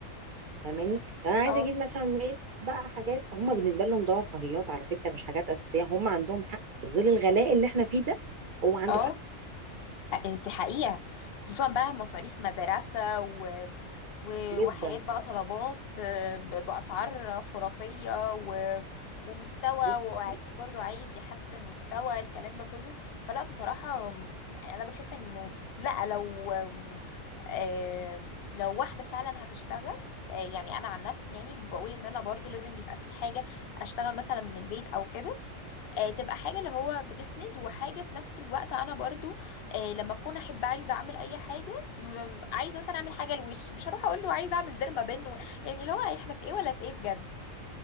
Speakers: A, on the right; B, on the left.
A: فاهماني لو انا عايزه
B: اه
A: اجيب مثلا ايه بقى حاجات هم بالنسبه لهم ده رفاهيات على فكره مش حاجات اساسيه هم عندهم حق في ظل الغلاء اللي احنا فيه ده هو عنده
B: اه
A: حق
B: دي حقيقة خصوصا بقى مصاريف مدرسة و... و... وحاجات
A: جدا
B: بقى طلبات آه، ب- بأسعار خرافية و... ومستوى
A: نفسي
B: وأكيد برضو عايز يحسن مستوى الكلام ده كله فلا بصراحة م، يعني أنا بشوف إنه لا لو آم، لو واحدة فعلا هتشتغل آه، يعني أنا عن نفسي يعني بقول إن أنا برضو لازم يبقى في حاجة أشتغل مثلا من البيت أو كده آه، تبقى حاجة اللي هو بتسند وحاجة في نفس الوقت انا برضو آه، لما اكون احب عايزة اعمل اي حاجة م- عايزة مثلا اعمل حاجة لوشي مش هروح اقول له عايزة اعمل ديرما بن و... يعني اللي هو احنا في ايه ولا في ايه بجد